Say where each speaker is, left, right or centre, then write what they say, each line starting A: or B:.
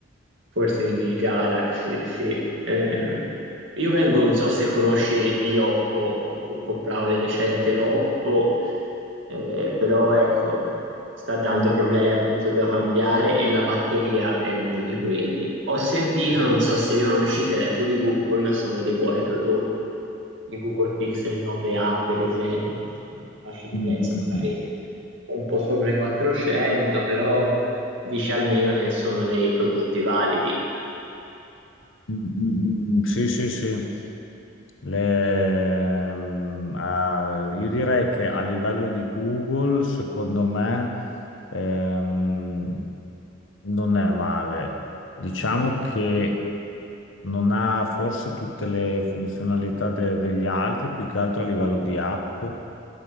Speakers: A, on the right; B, on the left.
A: Forse quindi il Galaxy, sì. Ehm, io vengo, non so se conosci gli Oppo, ho co- comprato di recente l'Oppo, eh, però ecco sta dando problemi, appunto devo cambiare e la batteria è uno di quelli. Ho sentito, non so se li conosci, i telefoni Google sono dei buoni prodotti. Il Google Pixel 9a, per esempio, insomma, una fascia di
B: mm,
A: prezzo
B: mm,
A: magari
B: mm. mm.
A: un po' sopra i 400, però dici almeno che sono dei prodotti validi.
B: Mm, mm, mm, Sì, sì, sì. Le- ehm, ah, io direi che a livello di Google, secondo me, ehm, non è male. Diciamo che non ha forse tutte le funzionalità de- degli altri, più che altro a livello di app,